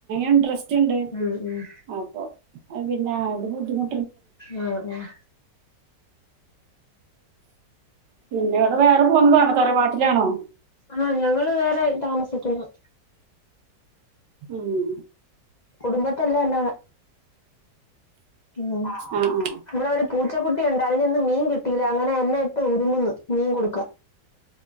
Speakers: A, on the right (about 75°); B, on the left (about 60°).
A: ഇൻട്രസ് റ്റ്ണ്ട്
B: ഉം ഉം
A: അപ്പൊ പിന്നെ അത് ബുദ്ധിമു
B: ആ ആ
A: പിന്നെവടെ വേറെ പൊന്നതാണോ തറവാട്ടിലാണോ
B: ആഹ് ഞങ്ങള് വേറെ താമസിക്കുന്നു
A: ഉം
B: കുടുംബത്തല്ല അല്ലാതെ ഉം
A: ആ ആ
B: ഇവിടൊരു പൂച്ചക്കുട്ടിയൊണ്ട് അതിനിന്ന് മീൻ കി ട്ടില അങ്ങനെ എന്നെ ഇട്ട് ഉരുമ്ന്ന് മീൻ കൊടുക്കാ